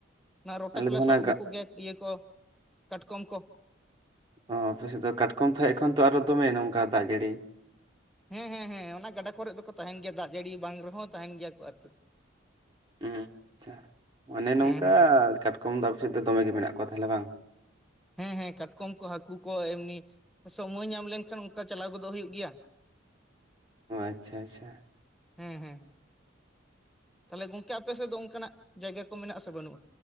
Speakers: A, in the centre; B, on the right.
A: ᱚᱱᱟ ᱨᱚᱴᱮ
B: ᱟᱞᱮ
A: ᱠᱚᱞᱮ
B: ᱫᱚ
A: ᱥᱟᱵ
B: ᱚᱱᱟ
A: ᱟᱹᱜᱩ
B: ᱜᱟ
A: ᱠᱚᱜᱮ ᱤᱭᱟᱹ ᱠᱚ, ᱠᱟᱴᱠᱚᱢ ᱠᱚ,
B: ᱚᱻ ᱟᱯᱮᱥᱮᱫ ᱫᱚ ᱠᱟᱴᱠᱚᱢ ᱛᱷᱚ ᱮᱠᱷᱚᱱ ᱛᱚ ᱟᱨᱚ ᱫᱚᱢᱮ ᱱᱚᱝᱠᱟ ᱫᱟᱜ ᱡᱟᱲᱤ᱾
A: ᱦᱮᱸ ᱦᱮᱸ ᱦᱮᱸ ᱚᱱᱟ ᱜᱟᱰᱟ ᱠᱚᱨᱮ ᱫᱚᱠᱚ ᱛᱟᱦᱮᱱ ᱜᱮᱭᱟ ᱫᱟᱜ ᱡᱟᱹᱲᱤ ᱵᱟᱝ ᱨᱮᱦᱚᱸ ᱛᱟᱦᱮᱱ ᱜᱮᱭᱟ ᱠᱚ ᱟᱨᱠᱤ,
B: ᱟᱪᱪᱷᱟ, ᱚᱱᱮ ᱱᱚᱝᱠᱟ
A: ᱦᱮᱸ ᱦᱮᱸ
B: ᱠᱟᱴᱠᱚᱢ ᱫᱚ ᱟᱞᱮᱥᱮᱫ ᱫᱚ ᱫᱚᱢᱮ ᱜᱮ ᱢᱮᱱᱟᱜ ᱠᱚᱣᱟ ᱛᱟᱦᱚᱞᱮ ᱵᱟᱝ?
A: ᱦᱮᱸ ᱦᱮᱸ ᱠᱟᱴᱠᱚᱢ ᱠᱚ ᱦᱟᱹᱠᱩ ᱠᱚ ᱮᱢᱱᱤ ᱥᱚᱢᱚᱭ ᱧᱟᱢ ᱞᱮᱱᱠᱷᱟᱱ ᱚᱱᱠᱟ ᱪᱟᱞᱟᱣ ᱜᱚᱫᱚᱜ ᱦᱩᱭᱩᱜ ᱜᱮᱭᱟ᱾
B: ᱚ ᱟᱪᱪᱷᱟ ᱟᱪᱪᱷᱟ,
A: ᱦᱮᱸ ᱦᱮᱸ᱾ ᱛᱟᱦᱚᱞᱮ ᱜᱚᱝᱠᱮ ᱟᱯᱮ ᱥᱮᱫ ᱫᱚ ᱚᱱᱠᱟᱱᱟᱜ ᱡᱟᱭᱜᱟ ᱠᱚ ᱢᱮᱱᱟᱜ ᱟᱥᱮ ᱵᱟᱹᱱᱩᱜᱼᱟ?